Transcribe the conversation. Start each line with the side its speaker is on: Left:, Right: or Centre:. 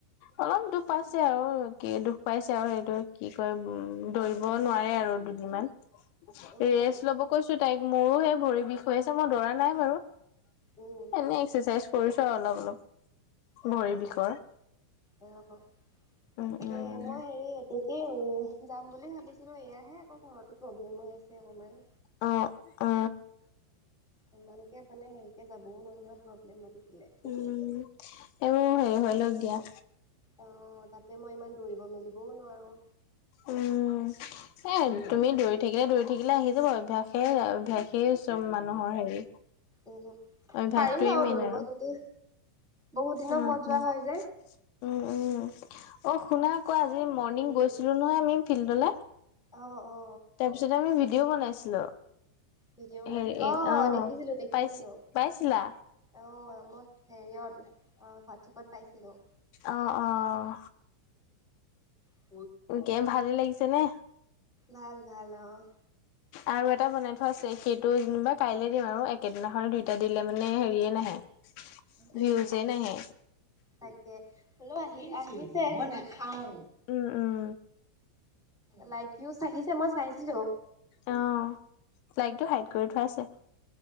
Left: অলপ দুখপাইছে আৰু কি দুখ পাইছে আৰু সেইটো কি কয় উম দৌৰিব নোৱাৰে আৰু দুদিনমান
Centre: উম
Left: ৰেষ্ট ল'ব কৈছো তাইক। মোৰো সে ভৰি বিষ হৈ আছে মই দৌৰা নাই বাৰু।
Centre: উম
Left: এনে এক্সাৰচাইজ কৰিছো আৰু অলপ অলপ
Centre: অ
Left: ভৰি
Centre: অ
Left: বিষৰ।
Centre: অ তাকে
Left: উম উম
Centre: মই হেৰি এইটো কি উম যাম বুলি ভাবিছিলো এয়াহে আকৌ ঘৰতো প্ৰব্লেম হৈ আছে অকণমান
Left: অ অ।
Centre: ইমানকে মানে হেৰিকে যাবও নোৱাৰি নহয় প্ৰব্লেম হৈ থাকিলে।
Left: উম এইবোৰ হেৰি হৈ লওক দিয়া।
Centre: অঁ তাতে মই ইমান দৌৰিব মেলিবও নোৱাৰো।
Left: উম, এ
Centre: অ এতিয়া
Left: তুমি দৌৰি থাকিলে দৌৰি থাকিলে আহি অভ্যায়ে অভ্যাস সেই চব মানুহৰ হেৰি
Centre: উম,
Left: অভ্যাসটোৱে
Centre: পাৰিম বাৰু
Left: মেইন
Centre: দৌৰিব
Left: আৰু।
Centre: কিন্তু বহুত দিনৰ
Left: অ
Centre: মুৰত যোৱা
Left: অ
Centre: হয় যে
Left: উম উম, অ শুনা আক আজি মৰ্ণিং
Centre: উম
Left: গৈছিলো নহয় আমি ফিল্ডলৈ।
Centre: অ অ।
Left: তাৰপিছত আমি ভিডিঅ' বনাইছিলো।
Centre: ভিডিঅ' বনাইছিল
Left: হে
Centre: অ',
Left: অঁ
Centre: দেখিছিলো দেখিছিলো
Left: পাইছ পাইছিলা?
Centre: অ মই হেৰিয়ত অ হোৱাটছএপত পাইছিলো।
Left: অঁ অঁ।
Centre: অহ।
Left: কে ভালেই লাগিছে নে?
Centre: ভাল ভাল অ',
Left: আৰু এটা বনাই থোৱা আছে সেইটো যেনিবা কাইলে দিম আৰু একেদিনাখনেই দুইটা দিলে মানে হেৰিয়ে নাহে
Centre: উম,
Left: ভিউজে নাহে।
Centre: তাকে হলেও আহি আহিছে, মই নাখাওঁ।
Left: উম উম
Centre: লাইক ভিউজ আহিছে মই চাইছিলো।
Left: অ লাইকটো হাইড কৰি থোৱা আছে